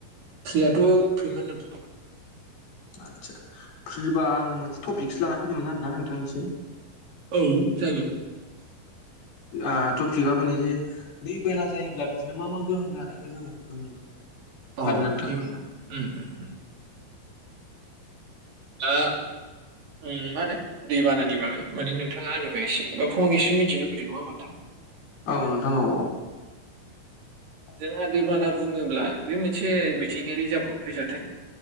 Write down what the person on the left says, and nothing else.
आदसा फ्रिबा आंङो मोनसे टपिकसो लाना फैदोंमोन आरोना नोंथांनिसिम।
आ टपिकआ बेनो जे दै बेला जायोब्ला बिदिनो मा मा गोहोम जानायखौ जोंङो नुनो मोनो।
आरो नोंथां
औ नोंथां औ औ <inaudible>